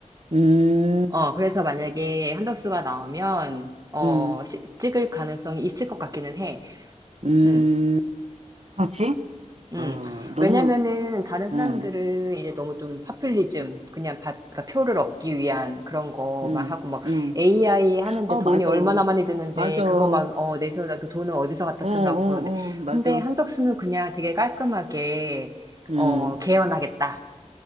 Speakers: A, on the right; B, on the right.
A: 음.
B: 어, 그래서 만약에 한덕수가 나오면, 어,
A: 음,
B: 시- 찍을 가능성이 있을 것 같기는 해.
A: 음,
B: 음.
A: 그렇지?
B: 음.
A: 어, 너무,
B: 왜냐면은 다른 사람들은
A: 음,
B: 이제 너무 좀 파퓰리즘, 그냥 받, 그러니까 표를 얻기 위한 그런 거만
A: 음,
B: 하고 막
A: 음.
B: AI 하는데
A: 어,
B: 돈이
A: 맞아.
B: 얼마나 많이 드는데
A: 맞아.
B: 그거
A: 어,
B: 막 어, 내세워놔도 돈은 어디서 갖다
A: 어,
B: 쓰려고
A: 어,
B: 그러는데
A: 맞아.
B: 근데 한덕수는 그냥 되게 깔끔하게
A: 음,
B: 어, 개헌하겠다.